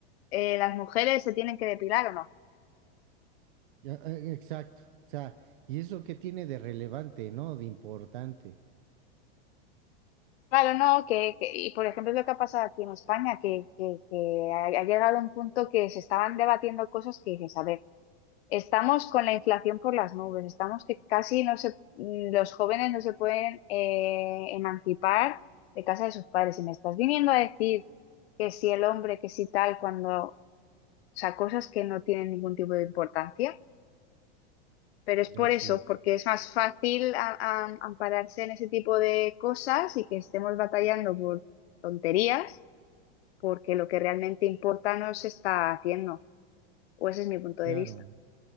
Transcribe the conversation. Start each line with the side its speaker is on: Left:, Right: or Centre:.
Left: eh, las mujeres se tienen que depilar o no.
Right: Ya, eh, Exacto. O sea, ¿y eso qué tiene de relevante, no? De importante.
Left: Claro, no, que, que- y por ejemplo lo que ha pasado aquí en España, que, que, que ha, ha llegado a un punto que se estaban debatiendo cosas que dices, a ver, Estamos con la inflación por las nubes, estamos que casi no se, mm, los jóvenes no se pueden eh, emancipar de casa de sus padres. Y me estás viniendo a decir que si el hombre, que si tal, cuando, o sea, cosas que no tienen ningún tipo de importancia. Pero es por
Right: Así
Left: eso,
Right: es.
Left: porque es más fácil a- a- ampararse en ese tipo de cosas y que estemos batallando por tonterías, porque lo que realmente importa no se está haciendo. O ese es mi punto
Right: Claro.
Left: de vista.